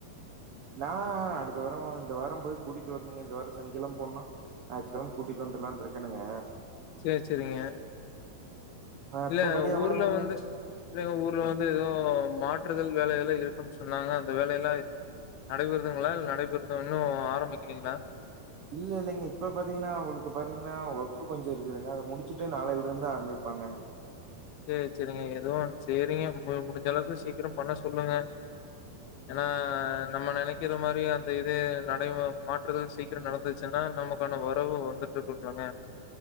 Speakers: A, on the right; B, on the left.
A: நா அடுத்த வாரோ இந்த வாரம் போய் கூட்டிட் வர்ணுங்க இந்த வாரோ சனிக்கிழம போன்னா ஞாயித்கிழம கூட்டிட் வந்துர்லான் இருக்கனுங்க
B: சேர் செரிங்க
A: மத்தபடி
B: இல்ல
A: அவ்ளோதாங்க
B: ஊர்ல வந்து இல்லங்க ஊர்ல வந்து ஏதோ மாற்றுதல் வேலைகள்ல இருக்குன் சொன்னாங்க அந்த வேலை எல்லா நடைபெறுதுங்ளா இல்ல நடைபெறுது இன்னு ஆரம்பிக்ளீங்ளா
A: இல்ல இல்லைங்க இப்ப பாத்தீங்கன்னா அவுங்களுக்கு பாத்தீங்கன்னா ஒர்க்கு கொஞ்சோ இருக்குதுங்க அத முடிச்சுட்டு நாளையில் இருந்து ஆரம்பிப்பாங்க
B: சேர் செரிங்க எதுவு செரிங்க முடிஞ்ச அளவுக்கு சீக்கிரம் பண்ண சொல்லுங்க ஏன்னா நம்ம நெனைக்கிற மாரி அந்த இது நடை மாற்றுதல் சீக் கிர நடந்துச்சுன்னா நமக்கான வரவு வந்துட்ருக்கும் இல்லங்க